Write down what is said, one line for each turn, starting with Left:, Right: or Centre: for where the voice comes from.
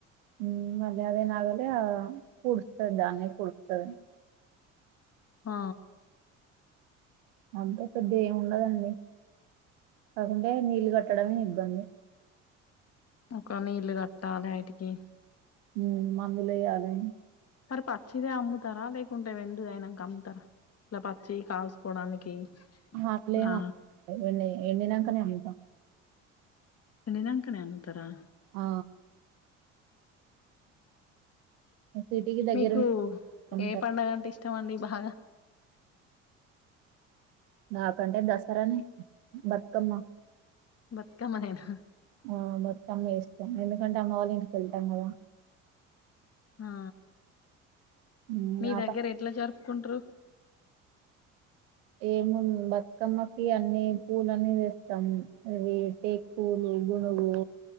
Right: హ్మ్ మళ్ళ అదే నాగలి పూడుస్తది దాన్నే పూడపుతాదని
Left: ఆ
Right: అంత పెద్ద ఏమి ఉండదండి కాకుంటే నీళ్ళు కట్టడమే ఇబ్బంది
Left: ఒక నీల్ కట్టలే అయిటికి
Right: హ్మ్ మందులెయాలే
Left: మరి పచ్చిదే అమ్ముతారా లేకుంటే ఎండినవి అయినాక అమ్ముతారా ఇలా పచ్చి కాల్సుకోవడానికి.
Right: అట్లేం
Left: ఇట్లా
Right: అమ్మము ఎండినాక నే అమ్ముతాము.
Left: ఎండినాంకనే అమ్ముతారా?
Right: ఆ సిటీకి దగ్గర
Left: మీకు
Right: ఉన్న అమ్ముతారు
Left: ఏ పడుగ అంటే ఇష్టం అండి బాగా?
Right: నాకంటే దసరా, బతుకమ్మ
Left: బతుకమ్మనేనా?
Right: ఆ బతుకమ్మ చేస్తాం కదా ఎందుకంటే అమ్మావాళ్ళ ఇంటికి వెళ్తాం కదా.
Left: హా
Right: ఉమ్,
Left: మీ
Right: ఆ
Left: దగ్గర
Right: ప-
Left: ఎట్లా జరుపుకుంటారు?
Right: ఏముంది బతుకమ్మకి అన్నీ పూలన్నీ తెస్తాము అవి పూలు, గునుగు,